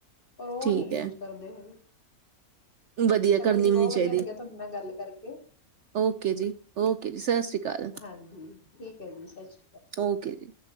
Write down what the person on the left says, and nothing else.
ਪਰ ਉਹ
ਨੀ ਯੂਜ
ਕਰਦੇ ਹੈਗੇ
ਚਲੋ
ਜੀ
ਬਹੁਤ
ਵਧੀਆ ਲੱਗਿਆ ਤੁਹਾਡੇ ਨਾਲ ਗੱਲ ਕਰਕੇ
ਹਾਂਜੀ ਠੀਕ ਹੈ ਜੀ ਸੱਚ